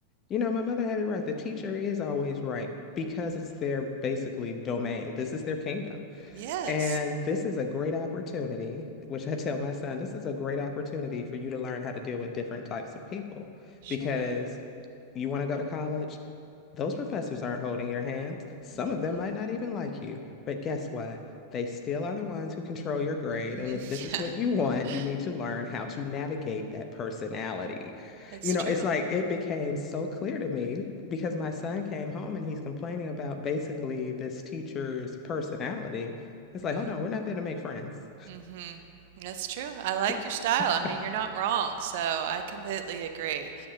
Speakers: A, on the left; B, on the right.
A: you know, my mother had it right. The teacher is always right because
B: Mhm.
A: it's their basically domain. This is their kingdom.
B: Yes,
A: And this is a great opportunity, which I tell my son, this is a great opportunity for you to learn how to deal with different types of people
B: sure.
A: because you want to go to college, those professors aren't holding your hands. Some
B: Mm-mm.
A: of them might not even like you. But guess what? They still are the ones who control your grade.
B: Mm-hmm.
A: And if this is
B: <laughs>
A: what you want,
B: Yeah.
A: you need to learn how to navigate that personality.
B: <laughs> It's
A: You know,
B: true.
A: it's like it became so clear to me because my son came home and he's complaining about basically this teacher's personality. It's
B: Mm.
A: like, hold on, we're not there to make friends.
B: Mm-hmm. That's true. I like
A: <laughs>
B: your style. I mean, you're not wrong, so I completely agree.